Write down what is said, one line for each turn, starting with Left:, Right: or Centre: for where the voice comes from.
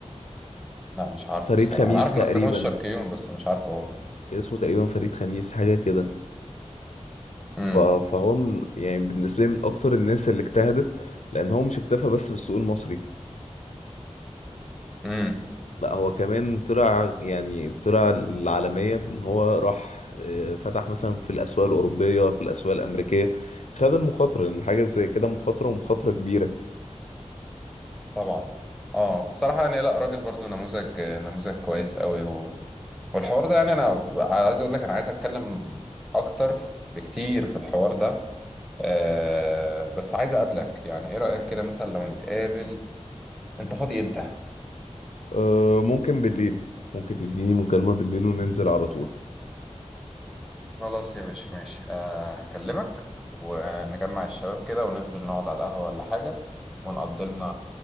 Centre: لا مش عارفه
Left: فريد
Centre: الصراحة
Left: خميس
Centre: انا عارف
Left: تقريبا
Centre: ان السجون الشرقيون بس مش عارفه هو
Left: كان اسمه تقريبا فريد خميس حاجه كده
Centre: امم
Left: ف- فهو من يعني بالنسبة لي من أكتر الناس اللي اجتهدت لأن هو مش اكتفى بس بالسوق المصري
Centre: إمم.
Left: لا هو كمان طلع يعني طلع العالمية بأن هو راح آه، فتح مثلا في الأسواق الأوروبية في الأسواق الأمريكية خد المخاطرة لأن حاجة زي كده مخاطرة ومخاطرة كبيرة
Centre: طبعا اه وبصراحة يعني لا راجل برضو نموذج نموذج كويس قوي هو والحوار ده يعني انا عايز اقول لك انا عايز اتكلم اكتر بكتير في الحوار ده أه بس عايز اقابلك يعني ايه رأيك كده مثلا لو نتقابل انت فاضي امتى
Left: آه، ممكن بالليل ممكن تديني مكالمة بالليل وننزل على طول
Centre: خلاص يا باشا ماشي آه، هكلمك ونجمع الشباب كده وننزل نقعد على القهوة ولا حاجة ونقضي لنا